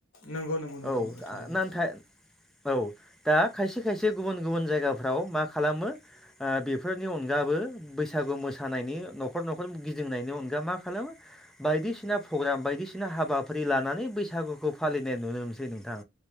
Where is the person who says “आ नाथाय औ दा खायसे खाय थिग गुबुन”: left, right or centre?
Centre